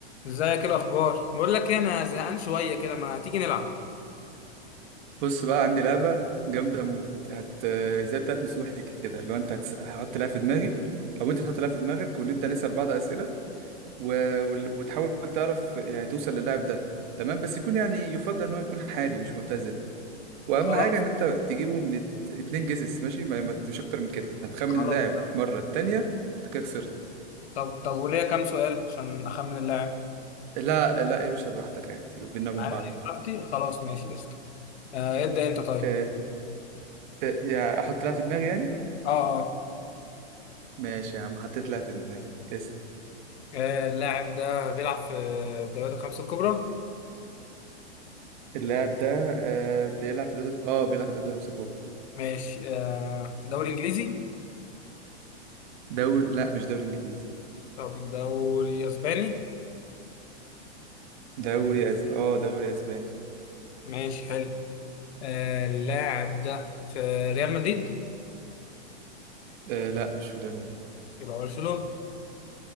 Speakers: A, on the left; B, on the right.
A: ازيك ايه الاخبار بقول لك ايه انا زهقان شويه كده ما تيجي نلعب
B: بص بقى عندي لعبة جامدة موت هت زي بتاعت مسوحي كده لو انت هتس... هحط لها في دماغي او انت تحط لها في دماغك ونبدأ نسأل بعض أسئلة و... وال- وتحاول تعرف يعني توصل للاعب ده تمام بس يكون يعني يفضل ان هو يكون حالي مش معتزل واهم
A: خلاص
B: حاجة ان انت تجيبه من ات... اتنين جيسس ماشي ما... ما مش اكتر من كده هتخمن
A: خلاص
B: اللاعب
A: طب
B: مرة التانية انت كده خسرت
A: طب طب وليا كام سؤال عشان اخمن اللاعب
B: لا لا يا باشا براحتك عادي وبيننا وبين
A: عارف
B: بعض بقى
A: اجابتي خلاص ماشي قشطه آه ابدا انت طيب
B: اه... ت- يا احط لها في دماغي يعني
A: اه اه
B: ماشي يا عم حطيت لها في دماغي اسأل
A: آه، اللاعب ده بيلعب في الدوريات الخمسه الكبرى
B: اللاعب ده آه بيلعب في دوري اه بيلعب في دوري سبورت
A: ماشي آه دوري انجليزي
B: دوري لا مش دوري انجليزي
A: طب دوري اسباني
B: دوري أز... اه دوري اسباني
A: ماشي حلو آه اللاعب ده في ريال مدريد
B: آه لا مش في ريال مدريد
A: يبقى برشلونه